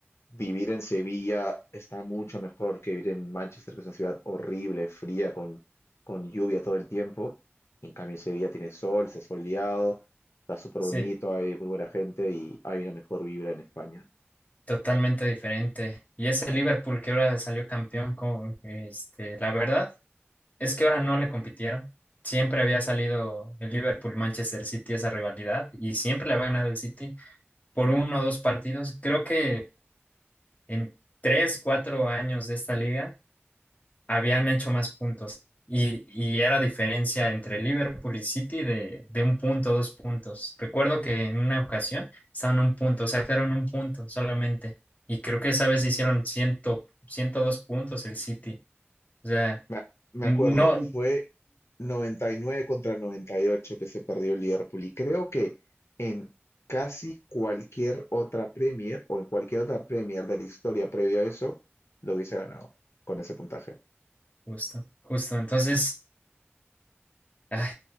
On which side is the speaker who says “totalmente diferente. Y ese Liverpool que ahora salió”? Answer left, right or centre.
Left